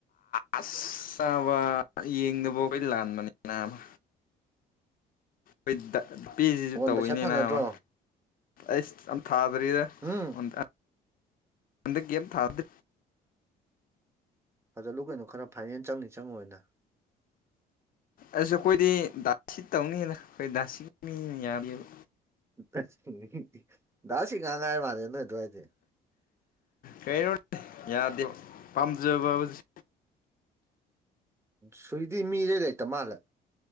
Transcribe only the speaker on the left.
ꯑꯁ ꯆꯥꯕ ꯌꯦꯡꯗꯕ ꯑꯈꯣꯢ ꯂꯥꯟꯕꯅꯤ ꯅꯥꯕꯥ ꯕꯤꯠꯇ ꯄꯤꯖꯤꯖꯨ
ꯇꯧꯋꯤꯅꯦ
ꯅꯥꯕ ꯑꯩꯁ ꯑꯝ ꯊꯥꯗ꯭ꯔꯤꯗ
ꯎꯟꯑꯦꯞ ꯍꯟꯗꯛ ꯒꯦꯝ ꯊꯥꯕꯗꯨ
ꯑꯁꯨ ꯑꯈꯣꯢꯗꯤ ꯗꯥꯁꯁꯤ ꯇꯧꯅꯤꯗ ꯑꯈꯣꯢ ꯗꯥꯁꯤꯒꯤ ꯃꯤꯅꯤꯅ ꯌꯥꯗꯦꯕ
ꯀꯩꯩꯅꯣ ꯌꯥꯗꯦ ꯄꯥꯝꯖꯕ ꯍꯥꯢꯕꯁꯤ